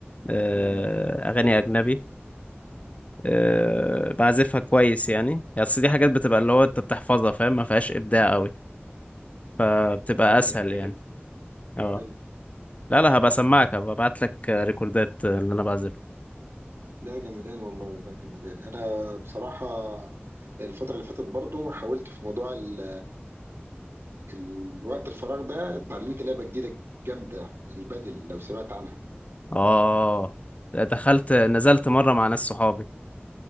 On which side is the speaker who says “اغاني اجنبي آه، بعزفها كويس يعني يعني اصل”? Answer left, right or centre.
Left